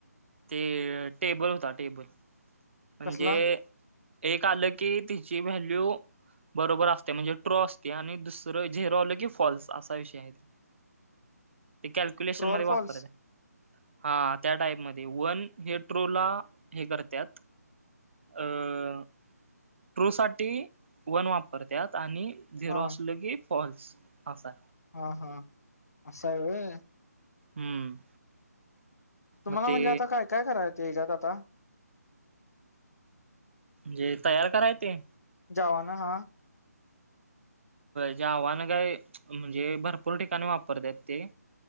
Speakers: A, on the right; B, on the left.
A: ते टेबल बल म्हणजे,
B: कसला
A: एक आलं की तिची व्हॅल्यू बरोबर असते म्हणजे ट्रो असते आणि दुसरं झेरवलं की फॉल्स असा विषय आहेत. ते कॅल्क्युलेशन
B: ट्रू
A: मध्ये
B: ऑर
A: वापरत!
B: फॉल्स
A: हा त्या टाईपमध्ये वन हे ट्रो ला हे करत्यात. अ ट्रू साठी, वन वापरतात आणि झिरो
B: हा
A: असल की, फॉल्स असा
B: हा हा, असशा वय?
A: हम्म.
B: तुम्हाला
A: मग ते
B: म्हणजे आता काय-काय कराय ते हेज्यात आता?
A: जे तयार कराय ते
B: जावाना हा.
A: जे आव्हानं काय म्हणजे भरपूर ठिकाणी वापरत्यात ते.